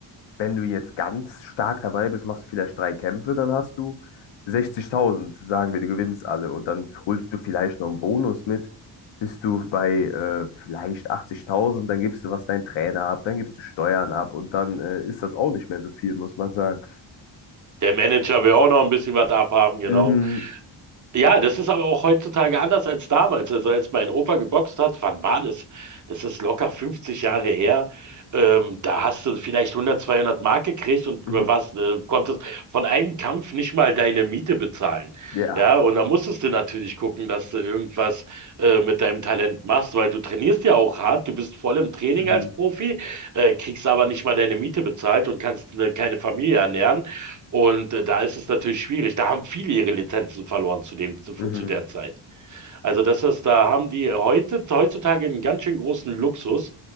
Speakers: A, on the left; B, on the right.
A: wenn du jetzt ganz stark dabei bist, machst du vielleicht drei Kämpfe, dann hast du 60.000, sagen wir, du gewinnst alle. Und dann holst du vielleicht noch einen Bonus mit, bist du bei äh, vielleicht 80.000, dann gibst du was dein Trainer ab, dann gibst du Steuern ab und dann äh, ist das auch nicht mehr so viel, muss man sagen.
B: Der Manager will auch noch ein bisschen was abhaben, genau.
A: Mhm,
B: Ja, das ist aber auch heutzutage anders als damals. Also als mein Opa geboxt hat, wann war das? Das ist locker 50 Jahre her. Ähm, da hast du vielleicht 100, 200 Mark gekriegt und
A: mhm,
B: was, äh, konntest von einem Kampf nicht mal deine Miete bezahlen.
A: ja,
B: Ja, und da musstest du natürlich gucken, dass du irgendwas äh, mit deinem Talent machst, weil du trainierst ja auch hart, du bist voll im Training
A: mhm,
B: als Profi, äh, kriegst aber nicht mal deine Miete bezahlt und kannst ne, keine Familie ernähren. Und äh, da ist es natürlich schwierig. Da haben viele ihre Lizenzen verloren zu dem, zu, zu
A: mhm,
B: der Zeit. Also das ist, da haben die heute, heutzutage einen ganz schön großen Luxus,